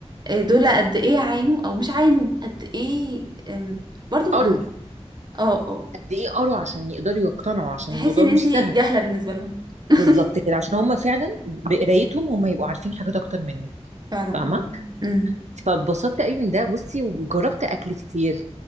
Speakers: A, on the right (about 40°); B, on the right (about 85°).
A: آه، دول قد ايه عانوا او مش عانوا قد ايه آم، برضو
B: قروا
A: ان اه اه
B: قد إيه قروا عشان يقدروا يقتنعوا عشان
A: تحسي
B: الموضوع
A: ان
B: مش
A: انتي
B: سهل
A: جاهلة بالنسبة لهم <laughs>
B: بالظبط كده عشان هم فعلا بقرايتهم هم يبقوا عارفين حاجات أكتر منك
A: فعلا
B: فاهمة
A: والله امم
B: فاتبسطت قوي من ده بصي وجربت اكل كتير